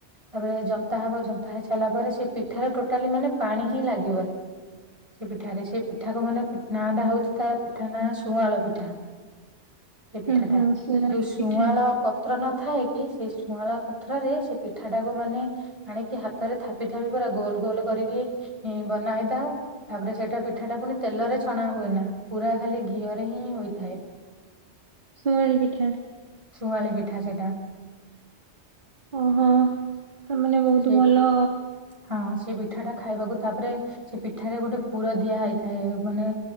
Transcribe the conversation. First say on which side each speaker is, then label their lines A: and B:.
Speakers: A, on the right; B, on the right.
A: ତାପରେ ଜନ୍ତା ହବ ଜନ୍ତା ହେଇସାରିଲା ପରେ ସେ ପିଠାରେ ଟୋଟାଲି ମାନେ ପାଣି ହିଁ ଲାଗିବନି। ସେ ପିଠାରେ ସେ ପିଠା କ ମାନେ ନା ଟା ହଉଛି ତା ପିଠା ନା ଶୁଆଁଳ ପିଠା। ସେ ପିଠା
B: ହୁଁ
A: ଟା
B: ହୁଁ ସୁଆଁରୀ
A: ଯୋଉ ଶୁଆଁଳ
B: ପିଠା
A: ପ ତ୍ର ନଥାଏ କି ସେ ଶୁଆଁଳ ପତ୍ରରେ ସେ ପିଠାଟାକୁ ମାନେ ଆଣିକି ହାତରେ ଥାପି ଥାପି ପୁରା ଗୋଲ ଗୋଲ କରିକି ବନାଇଥାଉ। ତାପରେ ସେଇଟା ପିଠା ଟା ପୁଣି ତେଲରେ ଛଣା ହୁଏ ନା ପୁରା ଖାଲି ଘିଅରେ ହିଁ ହୋଇଥାଏ।
B: ଶୁଆଁଣି‌ପିଠା
A: ଶୁଆଁଳି ପିଠା ସେଇଟା
B: ଓହୋ। ତାମାନେ ବହୁତ
A: ସେଇ
B: ଭଲ
A: ହଁ ସେଇ ପିଠା ଟା ଖାଇବାକୁ ତାପରେ ସେ ପିଠାରେ ଗୋଟେ ପୁରୁର ଦିଆ ହେଇଥାଏ ମାନେ